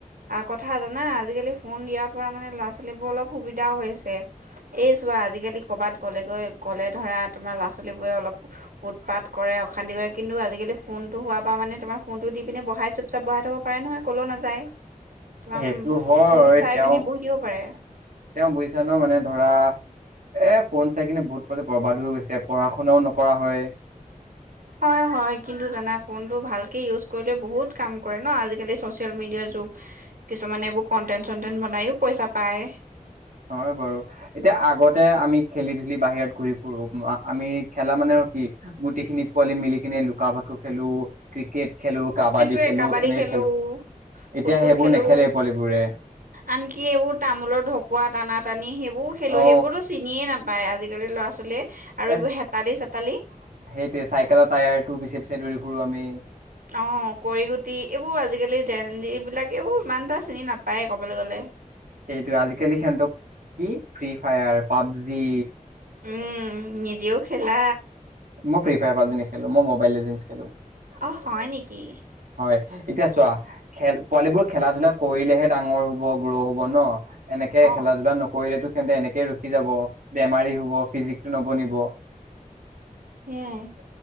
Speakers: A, on the right; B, on the right.
A: কথা কথা জানা আজিকালি ফোন দিয়াৰ পৰা মানে ল'ৰা ছোৱালী বোৰ অলপ সুবিধাও হৈছে এই চোৱা আজিকালি কৰ'বাত গ'লেগৈ গ'লে ধৰা তোমাৰ ল'ৰা ছোৱালী বোৰে অলপ উৎপাত কৰে অশান্তি কৰে কিন্তু আজিকালি ফোন টো হোৱাৰ পৰা মানে তোমাৰ ফোনতটো দি পিনে বহা- সহাই চুপচাপ বহাই থব পাৰে নহয় কলেও নাযায়। তোমাৰ
B: সেইটো হয়
A: ফোনটো চাই
B: তেওঁ
A: পিনে
B: -তেওঁ
A: বহি থাকিব পাৰে।
B: বুইছ ন মানে ধৰা এ ', ফোন চাই কিনে বহুত বৰবাদ হৈ গৈছে? পঢ়া শুনাও নকৰা হয়?
A: হয় -হয় কিন্তু জানা ফোনটো ভালক ইউছ কৰিলে বহুত কাম কৰে ন আজিকালি চচিয়েল মিডিয়াৰ যুগ কিছুমানে এইবোৰ কন্টেন্ট চনটেন্ট বনাইও পইচা পায়।
B: হয় বাৰু এতিয়া আগতে আমি খেলি ধুলি বাহিৰত ঘুৰি ফুুৰো আমি খেলা মানে আৰু কি গোটিখিনিত পোৱালি মিলি কিনে লুকা ভাকু খেলো ক্ৰিকেট খেলো কাবাডী
A: সেইটোৱে
B: খেলো
A: কাবাডী
B: এনেকে
A: খেলো
B: এতিয়া
A: কুটকুট
B: সেইবোৰ
A: খেলো
B: নেখেলে পোৱালিবোৰে
A: আনকি এইবোৰ তামোলৰ ঢকুৱা টানাত পানী সেই বু খেলো
B: অ
A: সেইবোৰো চিনিয়ে নাপায় পায় আজিকালি ল'ৰা ছোৱালীয়ে আৰু এইবোৰ
B: এ ',
A: হেতালি চেতালি
B: সেইটোৱে চাইকেলৰ টায়াৰটো পিছে -পিছে দৌৰি ফুুৰো আমি।
A: অ', কৰি গুটি এইবোৰ আজিকালি জন এইবিলাক এইবোৰ ইমান এটা চিনি নাপায় কবলৈ গলে।
B: সেইটোৱ আজিকালি সহতক কি ফ্ৰী ফায়াৰ পাবজি
A: উম', নিজেও খেলা?
B: মই ফ্ৰী ফায়াৰ পালি নেলো মই মোবাইল খেলো।
A: অ', হয় নেকি?
B: হয় এতিয়া চোৱা খেল পোৱালিবোৰ খেলা ধূলা কৰিলেহে ডাঙৰ হব গ্ৰহ হব ন! এনেকে
A: অ
B: খেলা ধূলা নকৰিলেতো সিহঁতে এনেকে ৰখি যাব বেমাৰী হব ফিজিকটো নবনিব।
A: সেয়াই